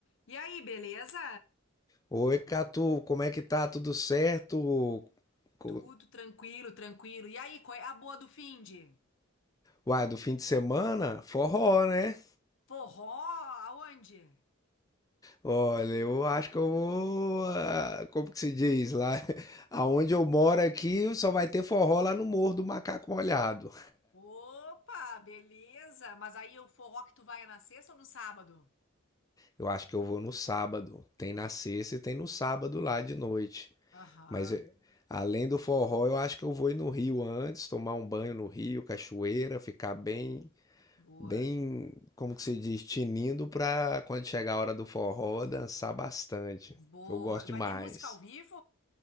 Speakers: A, on the left; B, on the left.
A: E aí, beleza?
B: Oi, Catu, como é que tá? Tudo certo? Co-
A: Tudo tranquilo, tranquilo. E aí, qual é a boa do finde?
B: Uai, do fim de semana? Forró, né?
A: Forró aonde?
B: Olha, eu acho que eu vou. ah, Como que se diz? Lá, <laughs> aonde eu moro aqui, só vai ter forró lá no Morro do Macaco Molhado.
A: Opa, beleza. Mas aí o forró que tu vai é na sexta ou no sábado?
B: Eu acho que eu vou no sábado. Tem na sexta e tem no sábado lá de noite.
A: Aham,
B: Mas eh, além do forró, eu acho que eu vou ir no Rio antes, tomar um banho no Rio, cachoeira, ficar bem.
A: boa,
B: Bem, como que se diz, tinindo pra quando chegar a hora do forró dançar bastante.
A: boa.
B: Eu gosto
A: Vai
B: demais.
A: ter música ao vivo?